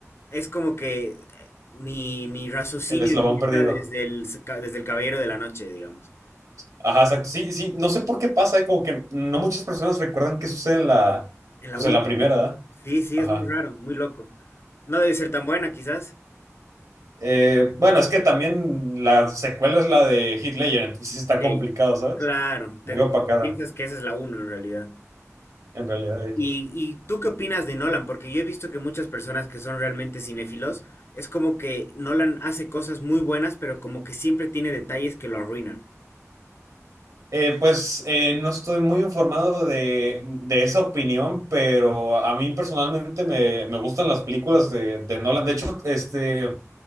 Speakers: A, on the left (about 50°); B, on the right (about 85°).
A: Es como que eh, mi, mi raciocinio
B: El eslabón
A: empieza
B: perdido.
A: desde el, s- ca- desde el Caballero de la Noche, digamos.
B: Ajá, exacto. Sí, sí, no sé por qué pasa, ¿eh? Como que no muchas personas recuerdan qué sucede en la,
A: En la
B: pues
A: uno,
B: en la
A: ¿no?
B: primera, ¿verdad?
A: Sí, sí,
B: Ajá.
A: es muy raro, muy loco. No debe ser tan buena, quizás.
B: Eh, bueno, es que también la secuela es la de Heath Ledger, entonces sí está
A: Sí.
B: complicado, ¿sabes?
A: Claro, te
B: Muy opacada,
A: piensas que esa es la uno, en realidad.
B: en realidad. eh.
A: ¿Y, y tú qué opinas de Nolan? Porque yo he visto que muchas personas que son realmente cinéfilos, es como que Nolan hace cosas muy buenas, pero como que siempre tiene detalles que lo arruinan.
B: Eh, pues eh, no estoy muy informado de, de esa opinión, pero a mí personalmente me, me gustan las películas de, de Nolan. De hecho, este,